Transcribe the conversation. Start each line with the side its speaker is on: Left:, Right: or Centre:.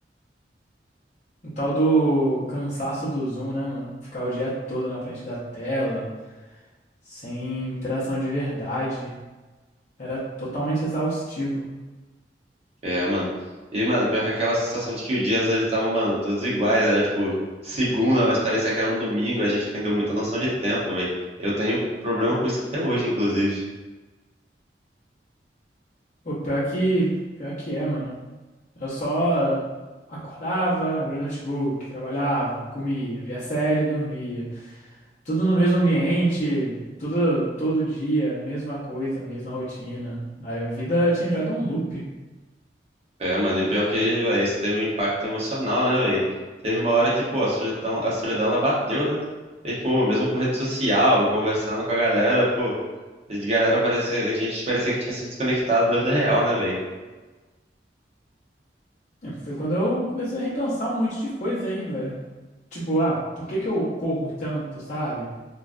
Left: O tal do cansaço do Zoom, né, mano? Ficar o dia todo na frente da tela, sem interação de verdade. Era totalmente exaustivo.
Right: É, mano. E, mano, pior que aquela sensação de que o dias eles estavam, mano, todos iguais, era tipo segunda, mas parecia que era um domingo, a gente perdeu muita noção de tempo, velho. Eu tenho problema com isso até hoje, inclusive.
Left: O pior que, pior que é, mano. Eu só acordava, abria o notebook, trabalhava, comia, via série, dormia. Tudo no mesmo ambiente, tudo todo dia, mesma coisa, mesma rotina. A vida tinha virado um loop.
Right: É, mano, e pior que, velho, isso teve um impacto emocional, né, velho? Teve uma hora que, pô, a solidão, a solidão, ela bateu, né? E, pô, mesmo com rede social e conversando com a galera, pô, a galera parecia, a gente parecia que tinha se desconectado da vida real, né, velho?
Left: Foi quando eu comecei a repensar um monte de coisa aí, velho. Tipo, ah, por que que eu corro tanto, sabe?